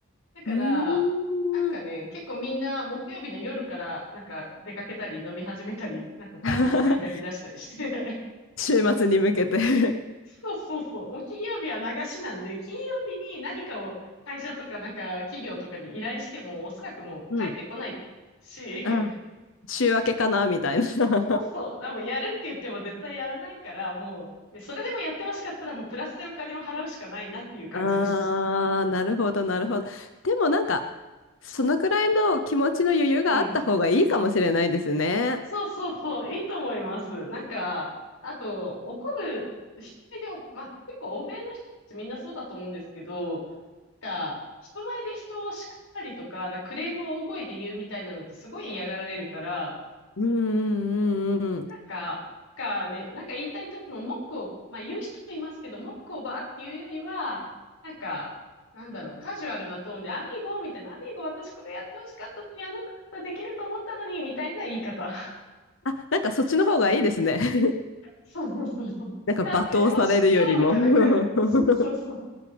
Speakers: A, on the left; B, on the left.
A: だから、
B: うーん。
A: なんかね、結構みんな木曜日の夜からなんか出かけたり飲み始めたり、なんかパーティーとか開き出したりして、
B: <laughs> 週末に向けて
A: <laughs> そうそうそう、もう金曜日は流しなんで、金曜日に何かを会社とかなんか企業とかに依頼しても、おそらくもう帰ってこないし、
B: <laughs> うん。
A: <laughs>
B: あ、週明けかなみたいな。
A: そうそう、でもやるって言っても絶対やらないから、もう、ねそれでもやってほしかったらもうプラスでお金を払うしかないなっていう感じです。
B: <laughs> ああ、なるほど、なるほど。でもなんか、そのくらいの気持ちの余裕があった方がいいかもしれないですね。
A: うん。そうそうそう、いいと思います。なんか、あと、怒る、人前でお、まあ、結構欧米の人たちみんなそうだと思うんですけど、なんか、人前で人を叱ったりとか、なんかクレームを大声で言うみたいなのってすごい嫌がられるから、
B: うんうんうんうん
A: なんか、なんかね、なんか言いたい時も文句を、まあ言う人もいますけど、文句をバーっていうよりは、なんか、なんだろう、カジュアルなトーンで、アミーゴみたいな、アミーゴ私これやってほしかったのに、あなただったらできると思ったのに、みたいな言い方。
B: あ、なんかそっちの方がいいですね。<laughs>
A: そうそうそうそう。
B: なんか罵倒されるよりも。
A: 助けてほしいよみたいな感じ。
B: <laughs>
A: そうそうそう。だか